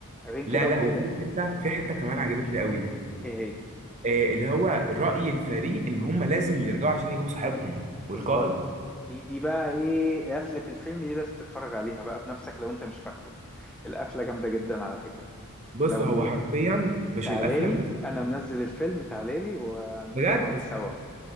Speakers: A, in the centre; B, on the right.
A: ما بين كده
B: لا لا
A: وكده
B: وفي حته في حته كمان عجبتني قوي
A: إيه هي
B: آه اللي هو رأي الفريق ان هم لازم يرجعوا عشان يجيبوا صاحبهم
A: بالظبط
B: والقائد
A: دي دي بقى ايه قفلة الفيلم دي لازم تتفرج عليها بقى بنفسك لو انت مش فاكره القفلة جامدة جدا على فكرة
B: بص
A: لو
B: هو حرفيا مش
A: تعالالي
B: القفله
A: انا منزل الفيلم تعالالي وهنتفرجوا
B: بجد
A: عليه سوا